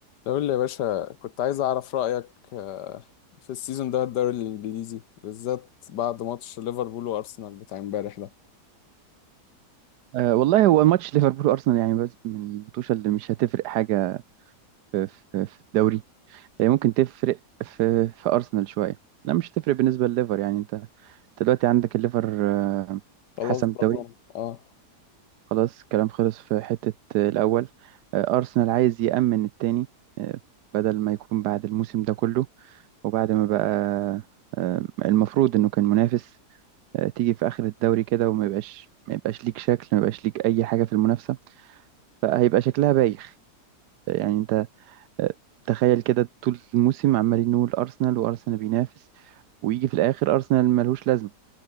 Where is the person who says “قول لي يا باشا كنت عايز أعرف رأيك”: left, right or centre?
Left